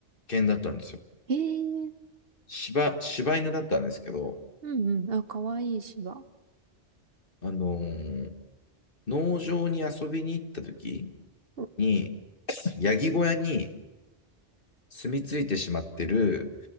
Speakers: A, on the left; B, on the right.
A: 犬だったんですよ。
B: えー、
A: 柴、柴犬だったんですけど、
B: うんうん、あ、かわいい芝。
A: あのー農場に遊びに行った時
B: うん
A: に、ヤギ小屋に住み着いてしまってる、